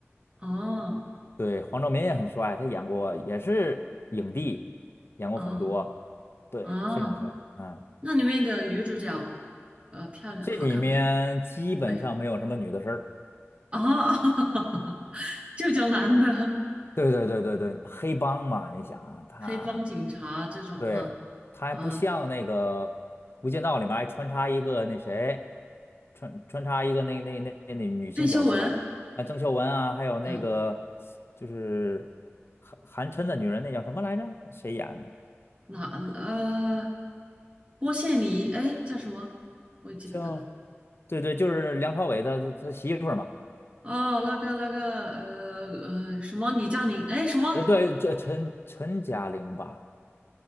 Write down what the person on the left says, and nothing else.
对，黄正民也很帅，他演过也是影帝，演过很多，
对，
非常帅，嗯，
这里面基本上没有什么女的事儿。
对对对对对，黑帮嘛，你想啊，他，
对，他还不像那个
《无间道》里面还穿插一个那谁，穿穿插一个那那那那女性角色
啊，郑秀文啊，还有那个
就是韩韩琛的女人，那叫什么来着？谁演的？
叫对对，就是梁朝伟他他他媳妇儿嘛，
呃，对，这陈陈嘉玲吧，